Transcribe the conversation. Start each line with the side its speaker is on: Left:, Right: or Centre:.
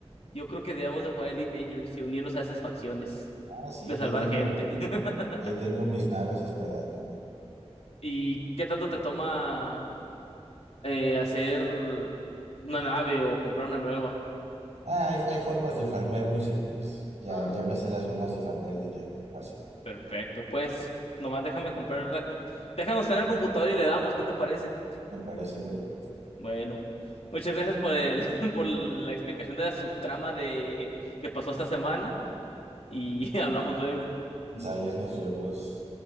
Left: yo creo que debemos de jugar Elite Dangerous y unirnos a esas facciones
Right: Ah, sí,
Left: de salvar
Right: yo ahí tengo,
Left: gente. <laughs>
Right: yo ahí tengo mis naves esperándome.
Left: ¿Y qué tanto te toma eh, hacer una nave o comprar una nueva?
Right: Ah, hay, hay formas de farmear muy simples. Ya,
Left: Ah,
Right: ya me sé las formas de farmear dinero, muy fácil.
Left: Perfecto, pues nomás déjame comprar la com- déjanos tener el computador y le damos, ¿qué te parece?
Right: Me parece perfecto.
Left: Bueno, muchas gracias por el <laughs> por la explicación de la subtrama de que pasó esta semana y <laughs> hablamos luego.
Right: Sales, nos vemos.